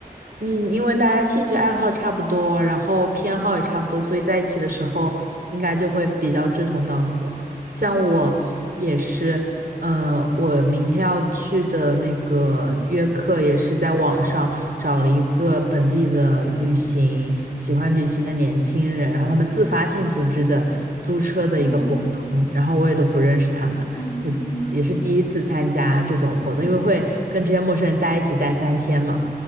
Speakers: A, on the right (about 70°); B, on the left (about 30°).
A: 嗯，因为大家兴趣爱好差不多，然后偏好也差不多，所以在一起的时候应该就会比较志同道合。像我也是，嗯、我明天要去的那个约克也是在网上找了一个本地的旅行，喜欢旅行的年轻人，然后他们自发性组织的租车的一个活动，
B: 嗯
A: 然后我也都不认识他们，
B: 嗯嗯，
A: 我也是第一次参加这种活动，因为会跟这些陌生人待一起待三天嘛。